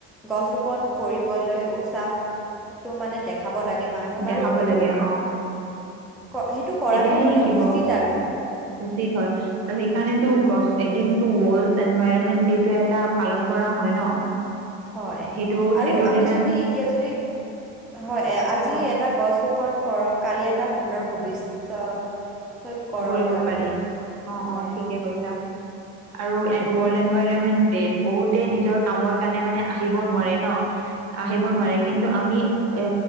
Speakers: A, in the centre; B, on the right (about 50°).
A: গছ ৰোপন কৰিবলৈ উৎসাহ টো মানে দেখাব লাগে মানুহক
B: দেখাব
A: আৰু সেইটো
B: লাগে অ
A: ক সেইটোক কৰাটো
B: তেতিয়াহে
A: মানে
B: শিকিব
A: উচিত আৰু।
B: উচিত হয়। আৰু সেইকাৰণেটো গছ এদিনটো ৱৰ্ল্ড এনভাইৰমেন্ট ডে এটা পালন কৰা হয় ন।
A: হয়
B: সেইটো
A: আৰু
B: সেইটোৰ
A: আমি
B: দিনা
A: যদি এতিয়া যদি হয় আজি
B: কোৱা
A: এ এটা গছ ৰোপন কৰক কালি এটা সুন্দৰ ভৱিষ্য কৰক
B: কৰিব
A: আৰু
B: পাৰি অ
A: হয়।
B: অ ঠিকে কৈছা।
A: <inaudible>
B: আৰু এন ৱৰ্ল্ড এনভাইৰমেণ্ট ডেত বহুতে নিজৰ কামৰ কাৰণে মানে আহিব নোৱাৰে ন।
A: হয় ন?
B: আহিব নোৱাৰে। কিন্তু আমি এ